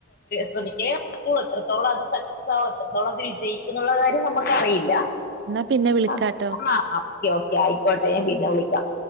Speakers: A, on the left; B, on the right.
A: ശ്രമിക്ക എത്രത്തോളം അത് സക്സസ് ആകും എത്രത്തോളം അത് വിജയിക്കും എന്നുള്ള കാര്യം നമുക്കറിയില്ല
B: എന്നാ പിന്നെ വിളിക്കാട്ടോ
A: ആ ഓഓക്കെ ആയിക്കോട്ടെ ഞാൻ പിന്നെ വിളിക്കാം